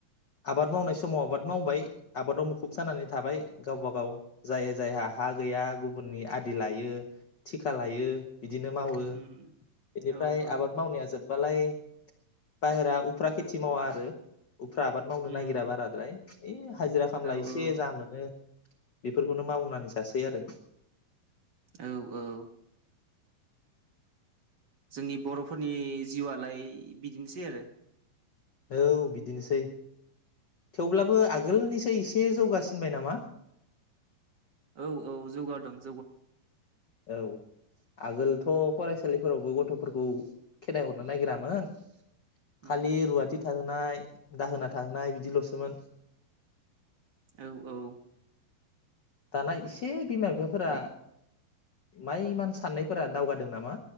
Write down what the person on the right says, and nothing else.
उम
औ औ
उम
औ
औ
औ औ। जोंनि बर'फोरनि जिउआ लाय बिदिनोसै आरो।
औ औ जौगादों ।
उम
औ औ